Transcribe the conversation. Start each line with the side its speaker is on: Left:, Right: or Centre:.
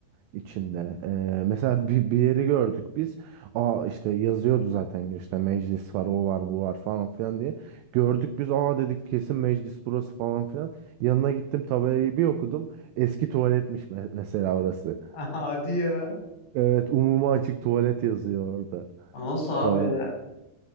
Right: içinde. E, mesela bir, bir yeri gördük biz. Aa işte yazıyordu zaten girişte meclis var, o var, bu var falan filan diye. Gördük biz. Aa dedik kesin meclis burası falan filan. Yanına gittim tabelayı bir okudum. Eski tuvaletmiş me- mesela orası.
Left: <laughs> Hadi ya.
Right: Evet, umuma açık tuvalet yazıyor orada
Left: Nasıl abi?
Right: falan.